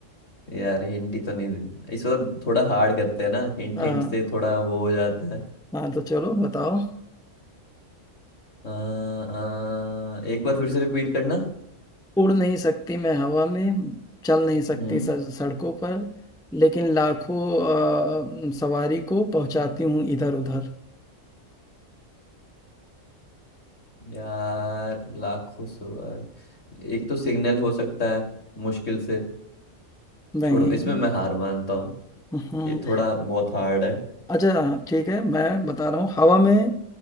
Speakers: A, on the left; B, in the centre.
A: यार हिंट ही तो नहीं दे- इस बार थोड़ा हार्ड करते हैं ना हिंट
B: हाँ
A: हिंट से थोड़ा वो हो जाता है
B: हाँ तो चलो बताओ
A: अ, अ, एक बार फिर से रिपीट करना
B: उड़ नहीं सकती मैं हवा में चल नहीं सकती
A: हम्म
B: सड़- सड़कों पर लेकिन लाखों अ, सवारी को पहुंचाती हूँ इधर उधर
A: यार लाखों सवाल एक तो सिग्नल हो सकता है मुश्किल से
B: नहीं
A: छोड़ो इसमें मैं हार मानता हूँ
B: हम्म,
A: ये थोड़ा बहुत हार्ड है
B: अच्छा ठीक है मैं बता रहा हूँ हवा में